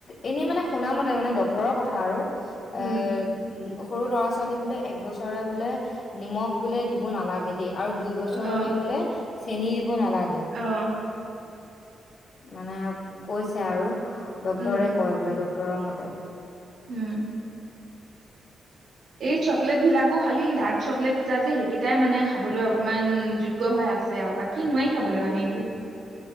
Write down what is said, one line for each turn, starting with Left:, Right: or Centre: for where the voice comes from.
Left: এনেই মানে শুনামতে মানে ডক্তৰৰ কথা আৰু। এই।
Right: উম
Left: সৰু ল'ৰা ছোৱালীক বোলে একবছৰ বোলে নিমখ বোলে দিব নালাগে দেই। আৰু দুই বছৰলে
Right: অ
Left: বোলে চেনী দিব নালাগে।
Right: অ
Left: মানে কৈছে আৰু ডক্টৰে
Right: উম
Left: কৈ বোলে ড তোৰমতে
Right: উম, এই চকলেট বিলাকো খালি ডাৰ্ক চকলেট কেইটা যে সেইকেইটাই মানে খাবলৈ অকমান যোগ্য হৈ আছে আৰু বাকী নোৱাৰি খাবলৈ কাৰণে একো